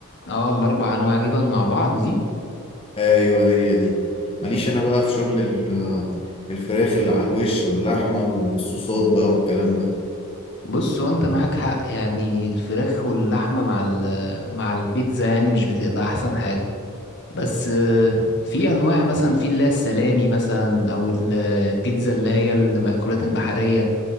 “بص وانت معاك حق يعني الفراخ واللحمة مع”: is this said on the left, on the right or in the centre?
Left